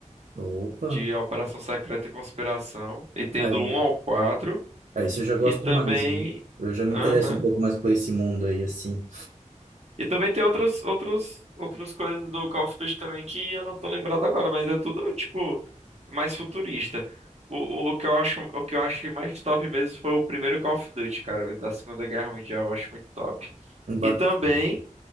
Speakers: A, on the right; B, on the right.
A: Opa.
B: de Operação Secreta e Conspiração, e tem
A: Aí.
B: do 1 ao 4
A: Ah, isso eu já gosto
B: e também.
A: mais, viu? Eu já me
B: Aham.
A: interesso um pouco mais por esse mundo aí, assim.
B: E também tem outras outros, outras coisas do Call of Duty também que eu não tô lembrado agora, mas é tudo, tipo, mais futurista. O, o, o que eu acho, o que eu achei mais top mesmo foi o primeiro Call of Duty, cara, o da Segunda Guerra Mundial, eu acho muito top. E
A: Bacana.
B: também